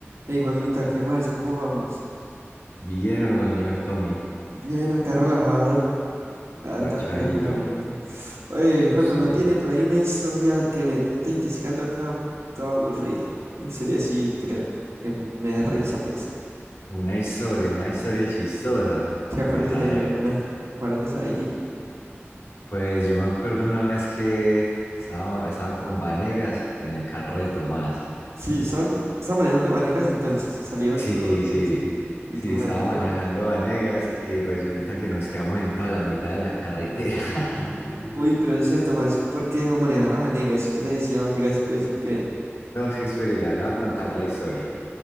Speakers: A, on the right; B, on the left.
A: Hey Juanmita, ¿qué más? ¿Cómo vamos?
B: Bien o no, señor Tommy,
A: Bien, acá relajado, la verdad
B: parchadito,
A: que relajadito. Oye, Juanma,
B: pues todo.
A: ¿no tiene por ahí una historia que me cuente y que se ando acá todo aburrido? Una historia así, creo, que me da risa, pues.
B: Una historia, una historia chistosa.
A: Que acuérdese
B: Pues a
A: de
B: ver,
A: una, acuerdes ahí.
B: pues yo me acuerdo una vez que estaba, estaba con Vanegas en el carro de Tomás.
A: Sí, están, están manejando Vanegas entonces, salieron
B: Sí,
A: todos
B: sí,
A: y
B: sí,
A: Tomás,
B: estaba
A: no.
B: manejando Vanegas y resulta que nos quedamos en toda la mitad de la carretera. <laughs>
A: Uy, pero ese Tomás, ¿por qué dejó manejar a Vanegas? ¿Qué le decía a Vanegas, pues, o qué?
B: No, es que esperará, le voy a contar la historia.